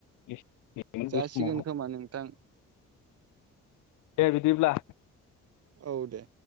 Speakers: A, on the left (about 85°); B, on the right (about 55°).
A: एसे मोन
B: जासिगोन
A: बे समावहाय
B: खोमा नोंथां
A: दे बिदिब्ला
B: औ दे